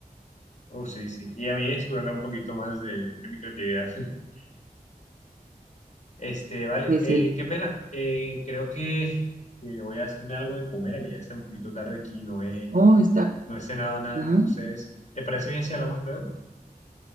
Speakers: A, on the left (about 50°); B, on the right (about 60°).
A: Oh, sí, sí. Y a mí explorar un poquito más de, de mi creatividad. <laughs> Este, vale,
B: Pues
A: eh,
B: sí,
A: qué pena. Eh, creo que, que voy a hacerme algo de comer, que ya está un poquito tarde aquí, no he,
B: oh, está,
A: no he cenado nada.
B: ajá,
A: Entonces, ¿te parece bien si hablamos luego?